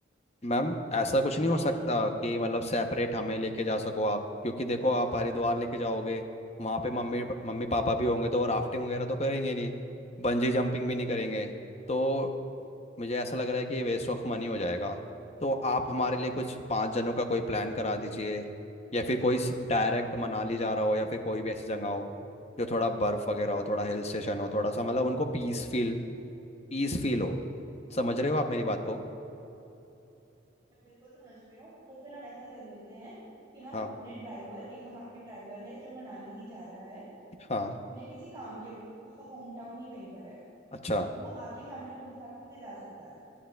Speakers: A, on the left; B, on the right.
A: मैम ऐसा कुछ
B: ठीक
A: नहीं हो
B: है
A: सकता कि मतलब सेपरेट हमें लेके जा सको आप क्योंकि देखो आप हरिद्वार लेके जाओगे वहाँ पे मम्मी मम्मी पापा भी होंगे तो वो राफ्टिंग वगैरह तो करेंगे नहीं बंजी जंपिंग भी नहीं करेंगे तो मुझे ऐसा लग रहा है कि ये वेस्ट ऑफ मनी हो जाएगा तो आप हमारे लिए कुछ पाँच जनों का कोई प्लान करा दीजिए या फिर कोई डायरेक्ट मनाली जा रहा हो या फिर कोई भी ऐसी जगह हो जो थोड़ा बर्फ़ वगैरह हो थोड़ा हिल स्टेशन हो थोड़ा सा मतलब उनको पीस फील पीस फील हो समझ रहे हो आप मेरी बात को
B: मैं बिल्कुल समझ रही हूँ तो फिर हम ऐसा कर लेते हैं कि हम
A: हाँ
B: अपने ड्राइवर एक हमारे ड्राइवर है जो मनाली ही जा रहा है
A: हाँ
B: अपने किसी काम के उसका, उसका होम टाउन ही वहीं पर है
A: अच्छा
B: तो वो आपकी फैमिली को भी साथ लेके जा सकता है